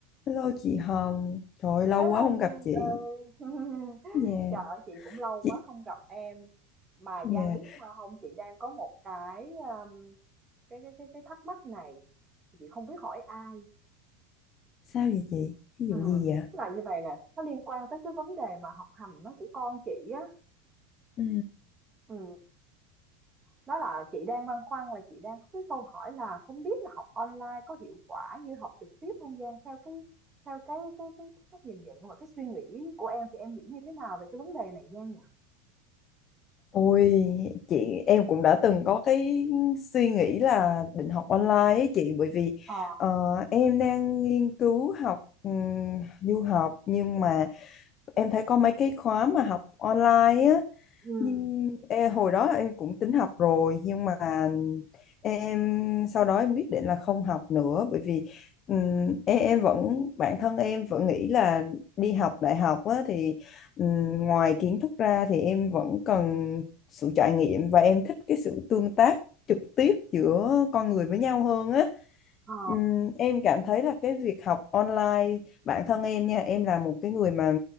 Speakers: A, on the left (about 30°); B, on the right (about 15°).
A: Hello chị Hồng, trời ơi, lâu
B: Hello
A: quá không
B: Giang
A: gặp chị.
B: ơi <laughs>
A: Dạ,
B: Trời ơi chị cũng lâu
A: chị,
B: quá không gặp em Mà
A: dạ,
B: Giang biết sao không Chị đang có một cái um, cái cái cái cái thắc mắc này Chị không biết hỏi ai
A: sao vậy chị? Cái
B: ừ.
A: vụ gì vậy?
B: Tức là như vậy nè Nó liên quan tới cái vấn đề mà học hành nó của con chị á
A: Ừ,
B: ừ. Nó là chị đang băn khoăn là chị đang có cái câu hỏi là Không biết là học online có hiệu quả như học trực tiếp không Giang Theo cái theo cái cái cái, cái, cách nhìn nhận và cái suy nghĩ của em Thì em nghĩ như thế nào về cái vấn đề này Giang nhỉ?
A: Ôi chị em cũng đã từng có cái suy nghĩ là định học online ấy chị bởi vì
B: Ờ
A: ờ, em đang nghiên cứu học ừm, du học nhưng mà em thấy có mấy cái khóa mà học online á
B: Ừm,
A: nhưng e, hồi đó em cũng tính học rồi nhưng mà em sau đó em quyết định là không học nữa bởi vì ừm, em, em vẫn bản thân em vẫn nghĩ là đi học đại học á, thì ừm, ngoài kiến thức ra thì em vẫn cần sự trải nghiệm và em thích cái sự tương tác trực tiếp giữa con người với nhau hơn á
B: ờ,
A: Ừm, em cảm thấy là cái việc học online bản thân em nha em là một cái người mà